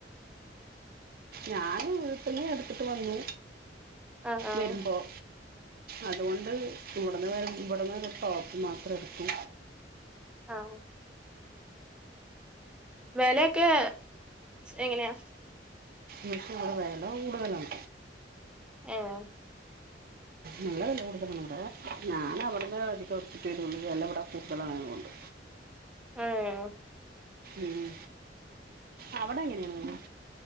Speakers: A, on the right; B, in the centre.
A: ഞാൻ വീട്ടിൽനിന്നു എടുത്തിട്ട് വന്നു
B: ആഹ് ആഹ്
A: വരുമ്പോൾ അതുകൊണ്ട് ഇവിടന്ന് വരുമ്പോൾ ഇവിടന്ന് ഒരു ടോപ്പ് മാത്രം എടുത്തു
B: ആഹ വിലയൊക്കെ എങ്ങനെയാ
A: പക്ഷെ ഇവിടെ വില കൂടുതലാണ്
B: ആഹ
A: നല്ല വില കൂടുതലാണ് ഇവിടെ ഞാൻ അവിടുന്ന് അധികം എടുത്തിട്ട് വരുള്ളൂ വില ഇവിടെ കൂടുതലാണ് അതുകൊണ്ട്
B: ഏഹ്
A: ഉം അവിടെ എങ്ങനെയാണ്